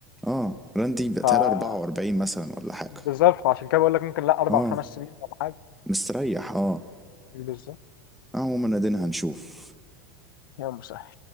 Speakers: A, in the centre; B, on the left.
A: اه راندي بقتها
B: ف
A: 44 مثلا ولا حاجة
B: بالظبط فعشان كده بقول لك ممكن لا اربع
A: اه
B: خمس سنين ولا حاجه
A: مستريح اه
B: بالظبط
A: آه، عموما ادينا هنشوف
B: يا مسهل